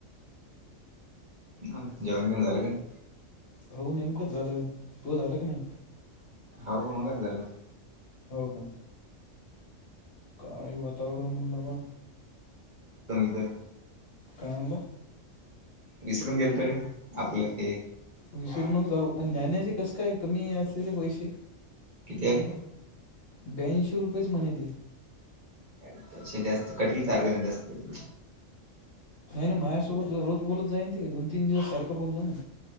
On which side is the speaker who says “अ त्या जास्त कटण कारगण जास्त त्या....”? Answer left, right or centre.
Right